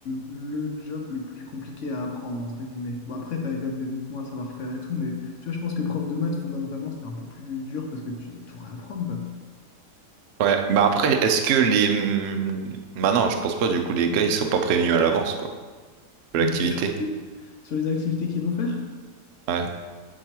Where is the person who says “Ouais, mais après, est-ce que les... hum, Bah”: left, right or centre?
Right